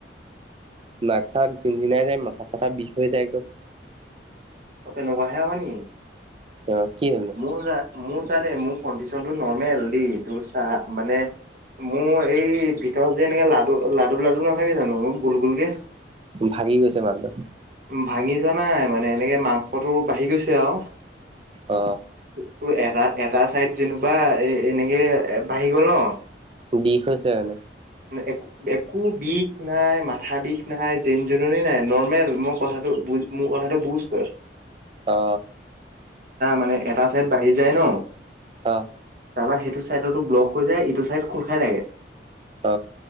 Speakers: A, on the right (about 30°); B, on the right (about 50°).
A: নাক চাক জিন জিনাই যায় মাথা চাথা বিষ হৈ যায় একদম।
B: অ', তেনেকুৱাহে হয় নি?
A: অ', কি হ'লনো?
B: মোৰ মোৰ চা দেই মোৰ কণ্ডিশনতটো নৰৰ্মেল দেই তোৰ চা। মানে মোৰ এই ত যে এনেকে লাডু -লাডু- লাডু নাথাকে জানো গোল -গোল কে
A: ভাগি গৈছে মালটো।
B: ভাঙি যোৱা নাই মানে এনেকে মাংসটো বাঢ়ি গৈছে আও
A: অ
B: তোৰ এটা এটা চাইদ যেনিবা এ এনেকে বাঢ়ি গ'ল ন।
A: বিষ হৈছে মানে
B: একো একো বিষ নাই, মাথা বিষ নাই জিন জননী নাই নৰ্মেল মোক কথাটো মোৰ কথাটো বুজ তই
A: অ
B: মানে এটা চাই বাঢ়ি জেন
A: অ',
B: তোমাৰ সেইটো চাইডতো ব্লক হৈ যায় এইটো চাইড খোল খাই থাকে।
A: অ